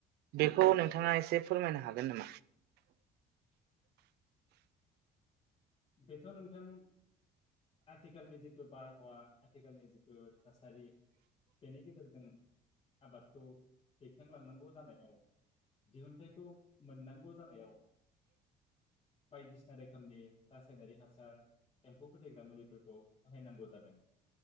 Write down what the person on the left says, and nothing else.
बेथ' नोंथां आथिखालनि जिथु बारहावा आथिखालनि जिथु। थासारि बेनि गेजेरजों आबादखौ दैखांलांनांगौ जानायाव दिहुनथाइखौ मोननांगौ जानायाव बायदिसिना रोखोमनि रासायनारि हासार एम्फौ फोैग्रा मुलिफोरखौ बाहायनांगौ जादों